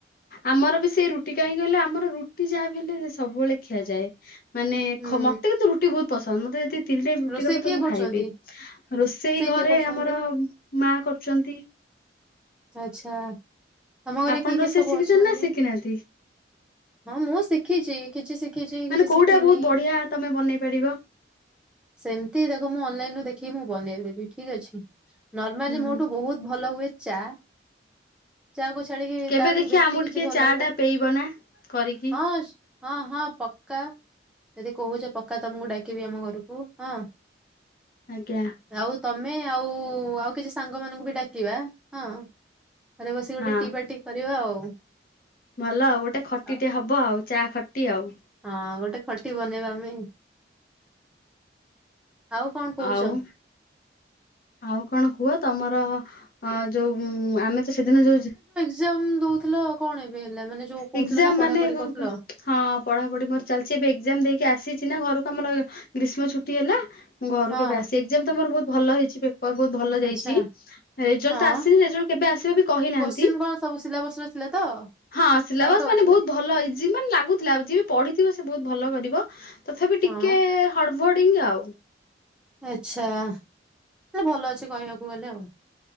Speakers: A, on the left; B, in the centre.
A: ଆମର ବି ସେଇ ରୁଟି କାହିଁ କହିଲଲେ ଆମର ରୁଟି ଯାହାବି ହେଲେ ସବୁବେଳେ ଖିଆଯାଏ। ମାନେ
B: ହୁଁ
A: ଖ ମୋତେ କିନ୍ତୁ ରୁଟି ବହୁତ ପସନ୍ଦ ମୋତେ ଯଦି ତିନ ଟାଇମ ରୁଟି
B: ରୋଷେଇ
A: ଦବ
B: କିଏ
A: ତ ମୁଁ
B: କରୁଛନ୍ତି
A: ଖାଇବି, ରୋଷେଇ ଘରେ
B: କିଏ କରୁଛନ୍ତି?
A: ଆମର ମା କରୁଛନ୍ତି।
B: ଆଚ୍ଛା। ତମ ଘରେ
A: ଆପଣ
B: କିଏ
A: ରୋଷେଇ
B: କିଏ ସବୁ
A: ଶିଖିଛନ୍ତି
B: ଅଛନ୍ତି?
A: ନା ଶିଖିନାହାନ୍ତି?
B: ହଁ ମୁଁ ଶିଖିଛି କିଛି ଶିଖିଛି
A: ମାନେ
B: କିଛି
A: କୋଉଟା
B: ଶିଖିନି।
A: ବହୁତ ବଢିଆ ତମେ ବନେଇ ପାରିବ
B: ସେମିତି ଦେଖ ମୁଁ ଅନଲାଇନ ରୁ ଦେଖିକି ମୁଁ ବନେଇ ଦେବି ଠିକ୍ ଅଛି। ନର୍ମାଲି
A: ହୁଁ।
B: ମୋ ଠୁ ବହୁତ ଭଲ ହୁଏ ଚା। ଚାହାକୁ ଛାଡିକି
A: କେବେ
B: ତାଠୁ
A: ଦେଖିବା
B: ବେଶୀ
A: ଆମକୁ
B: କିଛି
A: ଟିକେ
B: ଭଲ
A: ଚା
B: ହୁଏ।
A: ଟା ପେଇବ ନା କରିକି
B: ହଁ ହଁ, ହଁ ପକ୍କା। ଯଦି କହୁଛ ପକ୍କା ତମକୁ ଡାକିବି ଆମ ଘରକୁ ହଁ।
A: ଆଜ୍ଞା।
B: ଆଉ ତମେ ଆଉ ଆଉ କିଛି ସାଙ୍ଗ ମାନଙ୍କୁ ବି ଡାକିବା ହଁ। ଘରେ ବସିକି
A: ହଁ।
B: ଗୋଟେ ଟି ପାର୍ଟି କରିବା ଆଉ।
A: ଭଲ ଆଉ ଗୋଟେ ଖଟି
B: ଆଉ
A: ଟେ ହବ ଆଉ ଚା ଖଟି ଆଉ।
B: ହଁ ଗୋଟେ ଖଟି ବନେଇବା ଆମେ। ଆଉ କଣ କହୁଛ?
A: ଆଉ, ଆଉ କଣ କୁହ ତମର ହଁ ଯୋଉ ଆମେ ତ ସେଦିନ ଯୋଉ
B: ଏକ୍ସମ୍ ଦଉଥିଲ କଣ ଏବେ ହେଲା ମାନେ ଯୋଉ କହୁଥିଲ
A: ଏକ୍ଜାମ
B: ନା
A: ମାନେ
B: ପଢ଼ାପଢ଼ି
A: କଣ
B: କରୁଥିଲ?
A: କ ହଁ ପଢ଼ାପଢ଼ି ମୋର ଚାଲିଛି ଏବେ ଏକ୍ଜାମ ଦେଇକି ଆସିଛି ନା ଘରକୁ ଆମର ଗ୍ରୀଷ୍ମ ଛୁଟି ହେଲା। ମୁଁ ଘରୁକୁ
B: ହଁ
A: ଏବେ ଆସି ଏକ୍ସାମ୍ ତ ମୋର ବହୁତ ଭଲ ହେଇଛି। ମୋର ବହୁତ ଭଲ ଯାଇଛି।
B: ଆଚ୍ଛା
A: ରେଜଲ୍ଟ
B: ହଁ
A: ତ ଆସିନି ରେଜଲ୍ଟ କେବେ ଆସିବ ବି କହିନାହାନ୍ତି।
B: କୋଶ୍ଚିନ୍ କଣ ସବୁ ସିଲାବସରେ ଥିଲେ ତ?
A: ହଁ ସିଲାବସ
B: ଆଉଟ୍ ଅଫ୍
A: ମାନେ
B: ସିଲା
A: ବହୁତ ଭଲ ହେଇଛି, ମାନେ ଲାଗୁଥିଲା ଯିଏ ବି ପଢିଥିବ ସେ ବହୁତ ଭଲ କରିବ। ତଥାପି
B: ହଁ
A: ଟିକେ ହଡ଼ଭଡିଙ୍ଗ ଆଉ।
B: ଆଛା ହେଲେ ଭଲ ଅଛି କହିବାକୁ ଗଲେ ଆଉ।